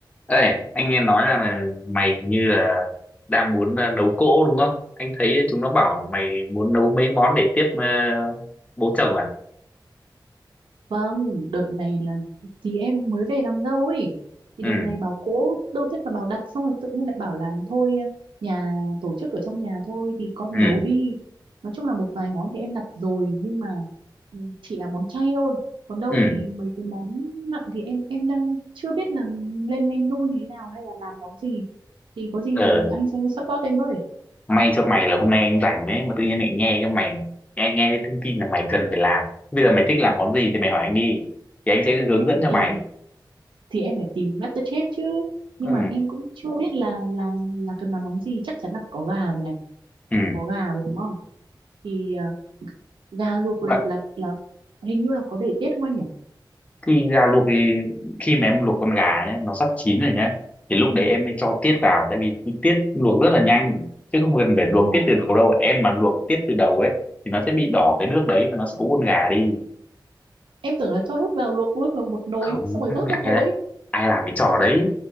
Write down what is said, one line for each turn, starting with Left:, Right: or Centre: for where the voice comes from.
Left: Ê, anh nghe nói rằng là mày như là đang muốn ờ, nấu cỗ đúng không? Anh thấy chúng nó bảo mày muốn nấu mấy món để tiếp ờ, bố chồng à?
Right: Vâng, đợt này là chị em mới về làm dâu ấy. Thì
Left: Ừ,
Right: đợt này bảo cỗ, đâu biết là bảo đặt xong rồi tự nhiên lại bảo làm thôi, nhà tổ chức ở trong nhà thôi thì con
Left: ừ,
Right: nấu đi. Nói chung là một vài món thì em đặt rồi nhưng mà ừ, chỉ là món chay thôi. Còn đâu
Left: ừ.
Right: thì mấy cái món mặn thì em em đang chưa biết là lên menu như thế nào hay là làm món gì. Thì có gì
Left: Ờ,
Right: anh sẽ support em ơi.
Left: may cho mày là hôm nay anh rảnh đấy mà tự nhiên lại nghe cái mày nghe nghe cái thông tin là mày cần phải làm. Bây giờ mày thích làm món gì thì mày hỏi anh đi. Thì anh sẽ hướng dẫn cho
Right: Thì
Left: mày.
Right: thì em phải tìm MasterChef chứ. Nhưng
Left: Ừ,
Right: mà em cũng chưa biết là là là cần làm món gì, chắc chắn là có gà rồi này
Left: ừ,
Right: có gà rồi đúng không thì à, gà luộc
Left: ừ.
Right: là là là hình như là có để tiết không anh nhỉ
Left: thì gà luộc thì khi mà em luộc con gà nhé nó sắp chín rồi nhé thì lúc đấy em mới cho tiết vào tại vì tiết luộc rất là nhanh chứ không cần phải luộc
Right: ồ
Left: tiết từ đầu đâu em mà luộc tiết từ đầu ấy thì nó sẽ bị đỏ cái nước đấy và nó xấu con gà đi
Right: em tưởng là cho hết vào luộc luôn vào một nồi
Left: không
Right: xong rồi vớt ra
Left: ai,
Right: thôi
Left: ai làm cái trò đấy